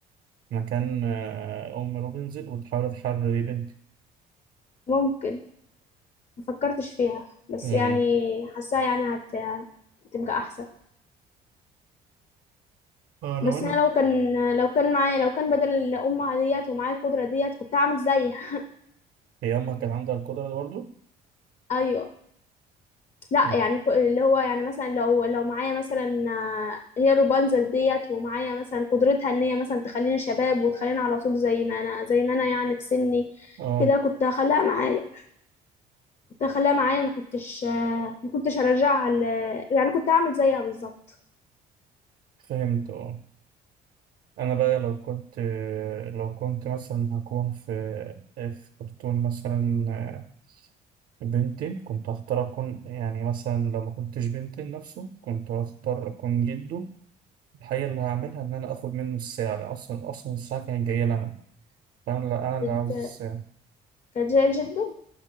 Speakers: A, on the right; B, on the left.
A: مكان آه، أم روبنزل وتحاول تحرري بنتي
B: <laughs> ممكن ما فكرتش فيها بس
A: أمم.
B: يعني حاساها يعني هت... هتبقى احسن
A: اه لو
B: بس
A: أنا
B: انا لو كان لو كان معايا لو كان بدل الامه ديت ومعايا القدره ديت كنت هعمل زيها
A: هي أمها كان عندها القدرة دي برضه؟
B: ايوه لا
A: أمم.
B: يعني ك- اللي هو يعني مثلا لو لو معايا مثلا آه، هي روبانزل ديت ومعايا مثلا قدرتها ان هي مثلا تخليني شباب وتخليني على طول زي ما انا زي ما انا يعني في سني
A: اه
B: كده كنت هخليها معايا كنت هخليها معايا ما كنتش آه، ما كنتش هرجعها ل... يعني كنت هعمل زيها بالظبط
A: فهمت اه انا بقى لو كنت لو كنت مثلا هكون في في كرتون مثلا بنتين كنت هختار اكون يعني مثلا لو ما كنتش بنتين نفسه كنت هختار اكون جده الحقيقة اللي هعملها ان انا اخد منه الساعة لأن اصلا اصلا الساعة كانت جاية لي انا فانا اللي انا اللي
B: كانت
A: عاوز الساعة
B: كانت جاية لجده